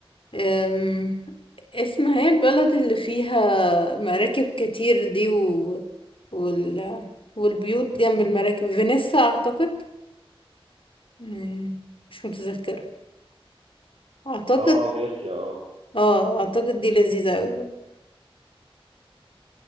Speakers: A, on the left; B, on the right.
A: أم، اسمها هي البلد اللي فيها مراكب كتير دي و... وال... والبيوت جنب المراكب فينيسا اعتقد مم، مش متذكرة اعتقد
B: اه فينيسيا اه
A: اه اعتقد دي لذيذة قوي